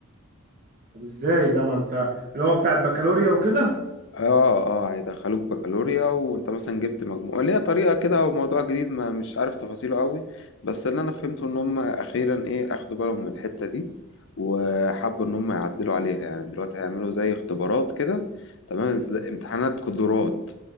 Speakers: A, on the right; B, on the left.
A: طب ازاي ده ما انت اللي هو بتاع البكالوريا وكده
B: اه اه هيدخلوك بكالوريا وانت مثلا جبت مجموع ليها طريقة كده او موضوع جديد ما مش عارف تفاصيله قوي بس اللي انا فهمته ان هم اخيرا ايه اخدوا بالهم من الحتة دي وحبوا ان هم يعدلوا عليها يعني دلوقتي هيعملوا زي اختبارات كده تمام زي امتحانات قدرات